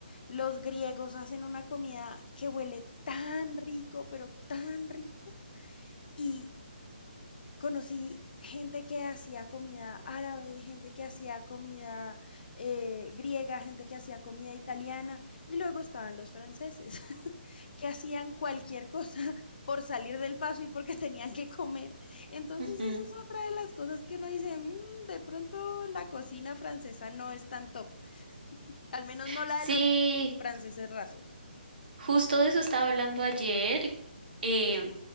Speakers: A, on the left; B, on the right.
A: Los griegos hacen una comida que huele tan rico, pero tan rico. Y conocí gente que hacía comida árabe, gente que hacía comida eh, griega, gente que hacía comida italiana y luego estaban los franceses que hacían cualquier cosa <laughs> por salir del paso y porque <laughs> tenían que comer. Entonces
B: ujú.
A: eso es otra de las cosas que uno dice, "Mm, de pronto la cocina francesa no es tan top, al menos no la
B: Sí.
A: de los franceses rasos.
B: Justo de eso estaba hablando ayer. eh,